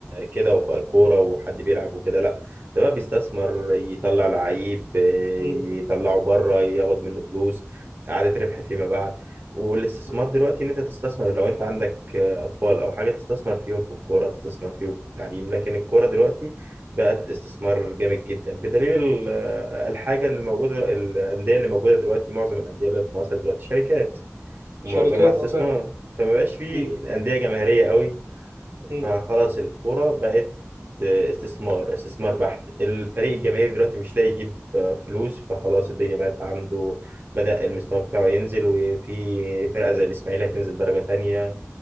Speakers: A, on the right; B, on the right.
A: كده وبقى كورة وحد بيلعب وكده لا ده بقى بيستثمر يطلع لعيب آه،
B: مم.
A: يطلعه بره ياخد منه فلوس إعادة ربح فيما بعد والاستثمار
B: مم.
A: دلوقتي إن أنت تستثمر لو أنت عندك آه، أطفال أو حاجة تستثمر فيهم في الكورة تستثمر فيهم في التعليم لكن الكورة دلوقتي بقت استثمار جامد جدا بدليل ال- الحاجه اللي موجوده الانديه اللي موجوده دلوقتي معظم الانديه اللي في مصر دلوقتي شركات ومعظمها
B: شركات
A: استثمار
B: أه فعلا
A: فما بقاش في
B: مم.
A: انديه جماهيريه قوي
B: مم.
A: فخلاص الكوره بقت استثمار استثمار بحت الفريق الجماهيري دلوقتي مش لاقي يجيب فلوس فخلاص الدنيا بقت عنده بدأ المستوى بتاعه ينزل وفي فرقة زي الإسماعيلي هتنزل درجة تانية